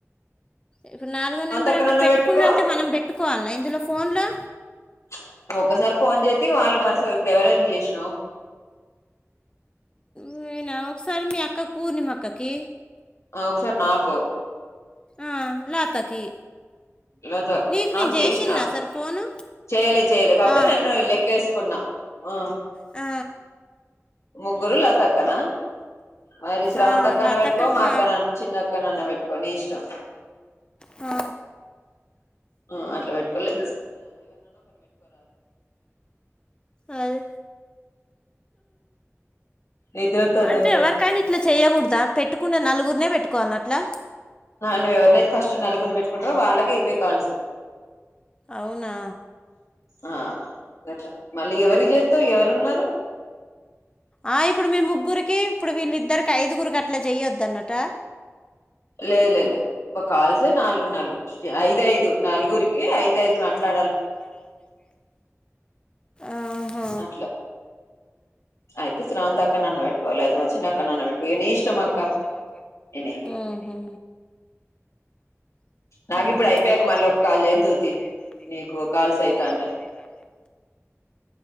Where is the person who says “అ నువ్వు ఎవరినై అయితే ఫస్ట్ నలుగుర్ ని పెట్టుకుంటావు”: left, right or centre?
Left